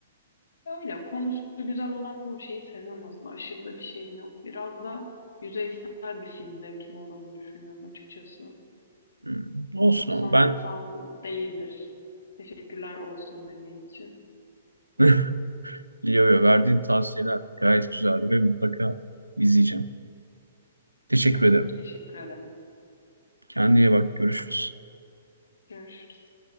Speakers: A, on the left; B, on the right.
A: Öyle konusu güzel olan çoğu şeyi seviyorum aslında. Aşırı da bir şeyim yok. Biraz da yüzeysel bir film zevkim olduğunu düşünüyorum açıkçası.
B: Hmm, olsun
A: Çok
B: ama
A: sanatsal
B: ben
A: değildir. Teşekkürler olsun dediğin için.
B: <laughs> yo yo verdiğin tavsiyeler gayet güzeldi ve mutlaka izleyeceğim. Teşekkür
A: Ama
B: ederim.
A: teşekkür ederim.
B: Kendine iyi bak. Görüşürüz.
A: Görüşürüz.